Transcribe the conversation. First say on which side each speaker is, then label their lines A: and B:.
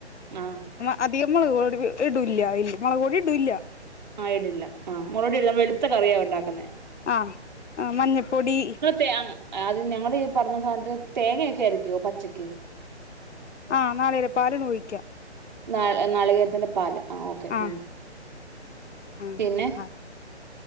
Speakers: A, on the right; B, on the left.
A: ആഹ്
B: ആ അധികം മുളപൊടി ഇടില്ല ഇല്ല മുളപൊ ടി ഇടില്ല
A: ആ ഇടില്ല ആ മൊളകൊടി ഇടില്ല ഞാൻ വെളുത്ത കറിയാ ഉണ്ടാക്കുന്നെ
B: ആ മഞ്ഞപ്പൊടി
A: തേ അത് ഞങ്ങള് ഈ പറഞ്ഞ സാധനത്തിന് തേങ്ങൊക്കെ അരക്കുവോ പച്ചക്ക്
B: ആഹ് നാളികേരപ്പാലാണ് ഒഴിക്ക
A: നാ നാളികേരത്തിന്റെ പാല് ആ ഓക്കെ
B: ആഹ്
A: ഉ
B: ആഹ്
A: പിന്നെ
B: ആഹ്